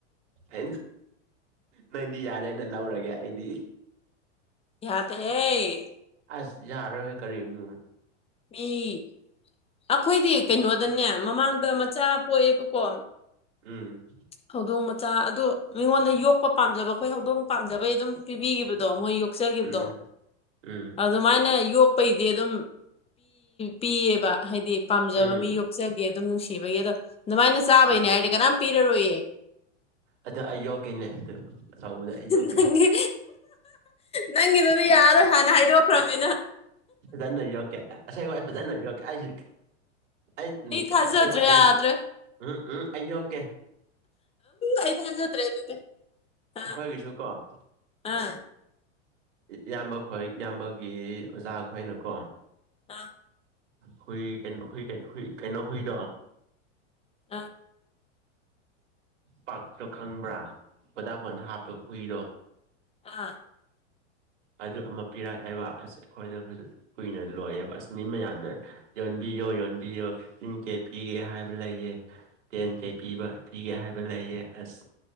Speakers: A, on the right; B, on the left.
A: ꯑ ꯅꯪꯗꯤ ꯌꯥꯔꯦꯅ ꯂꯧꯔꯒꯦ ꯑꯩꯗꯤ
B: ꯏꯍꯗ ꯑꯦ
A: ꯑꯁ ꯌꯥꯔꯔꯣꯏ ꯀꯔꯤꯅꯣꯅꯦ
B: ꯃꯤ ꯑꯩꯈꯣꯏꯗꯤ ꯀꯩꯅꯣꯗꯅꯦ ꯃꯃꯥꯡꯗ ꯃꯆꯥ ꯄꯣꯛꯑꯦꯕꯀꯣ
A: ꯎꯝ
B: ꯍꯧꯗꯣꯡ ꯃꯆꯥ ꯑꯗꯣ ꯃꯤꯉꯣꯟꯗ ꯌꯣꯛꯄ ꯄꯥꯝꯖꯕ ꯈꯣꯏ ꯍꯧꯗꯣꯡ ꯄꯥꯝꯖꯕꯩ ꯑꯗꯨꯝ ꯄꯤꯕꯤꯈꯤꯕꯗꯣ ꯃꯣꯏ ꯌꯣꯛꯆꯈꯤꯕꯗꯣ
A: ꯎꯝ ꯎꯝ
B: ꯑꯗꯨꯃꯥꯏꯅ ꯌꯣꯛ ꯄꯩꯗꯤ ꯑꯗꯨꯝ ꯄꯤꯌꯦꯕ ꯍꯥꯏꯗꯤ ꯄꯥꯝꯖꯕ
A: ꯎꯝ
B: ꯃꯤ ꯆꯒꯦ ꯑꯗꯨꯝ ꯅꯨꯡꯁꯤꯕꯒꯤ ꯑꯗꯣ ꯑꯗꯨꯃꯥꯏꯅ ꯆꯥꯕꯩꯅꯦ
A: ꯎꯝ
B: ꯍꯥꯏꯔꯗꯤ ꯀꯅꯥꯝ ꯄꯤꯔꯔꯣꯏꯌꯦ
A: ꯑꯗꯨ ꯑꯩ ꯌꯣꯛꯀꯦꯅꯦ ꯑꯗꯨ ꯑꯆꯧꯕꯗ ꯑꯩ ꯌꯣꯛꯀꯦ
B: ꯅꯪꯗꯤ ꯅꯪꯒꯤꯗꯨꯗꯤ ꯌꯥꯔꯣꯏ ꯍꯥꯟꯅ ꯍꯥꯏꯗꯣꯛꯈ꯭ꯔꯕꯅꯤꯅ
A: ꯐꯥꯖꯅ ꯌꯣꯛꯀꯦ ꯑꯁꯦꯡꯕ ꯑꯩ ꯐꯖꯅ ꯌꯣꯛꯀꯦ ꯑꯩꯖꯨ ꯑꯩ
B: ꯊꯥꯖꯗ꯭ꯔꯦ
A: ꯑꯁꯦꯡꯕ ꯑꯩ
B: ꯌꯥꯗ꯭ꯔꯦ
A: ꯎꯝ ꯎꯝ ꯑꯩ ꯌꯣꯛꯀꯦ
B: ꯑꯩ ꯊꯥꯖꯗ꯭ꯔꯦ ꯑꯗꯨꯗꯤ ꯑꯥ
A: ꯑꯩꯈꯣꯏꯒꯤꯁꯨꯀꯣ ꯎꯝ
B: ꯑꯥ
A: ꯏꯌꯥꯝꯕ ꯈꯣꯏ ꯏꯌꯥꯝꯕꯒꯤ ꯃꯆꯥꯈꯣꯏꯅꯀꯣ
B: ꯑꯥ
A: ꯍꯨꯏ ꯀꯩꯅꯣ ꯍꯨꯏ ꯀꯩꯅꯣ ꯍꯨꯏ ꯀꯩꯅꯣ ꯍꯨꯏꯗꯣ
B: ꯑ
A: ꯄꯥꯛꯇꯣ ꯈꯪꯕ꯭ꯔꯥ ꯈꯣꯏꯗꯥ ꯐꯣꯟꯗ ꯍꯥꯞꯄ ꯍꯨꯏꯗꯣ
B: ꯑꯥ
A: ꯑꯗꯨ ꯑꯃ ꯄꯤꯔꯛꯑꯦꯕ ꯑꯁ ꯑꯩꯈꯣꯏꯅ ꯐꯖꯅ ꯀꯨꯏꯅ ꯂꯣꯏꯑꯦꯕ ꯑꯁ ꯃꯤ ꯃꯌꯥꯝꯅ ꯌꯣꯟꯕꯤꯌꯣ ꯌꯣꯟꯕꯤꯌꯣ ꯏꯟꯀꯦꯁ ꯄꯤꯒꯦ ꯍꯥꯏꯕ ꯂꯩꯌꯦ꯫ ꯇꯦꯟ ꯀꯦ ꯄꯤꯕ ꯄꯤꯒꯦ ꯍꯥꯏꯕ ꯂꯩꯌꯦ ꯑꯁ